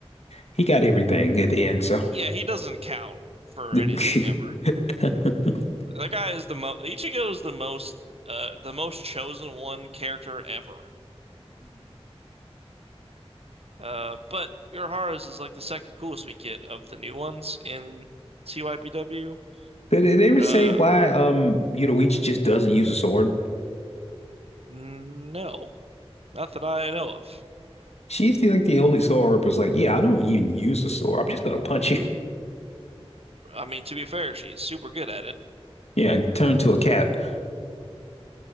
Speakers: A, on the left; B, on the right.
A: he got everything at the end. So.
B: Yeah, he doesn't count for
A: <laughs>
B: anything ever.
A: hmm
B: That guy is the most. Ichigo is the most, uh, the most chosen one character ever. Uh, but Urahara's is like the second coolest we get of the new ones in TYBW.
A: Did did they ever
B: Uh,
A: say why um Yoruichi just doesn't use a sword?
B: no, not that I know of.
A: She's the, like the only sword was like, yeah, I don't even use a sword. I'm just gonna punch you. <laughs>
B: I mean, to be fair, she's super good at it.
A: Yeah, and turn to a cat. <laughs>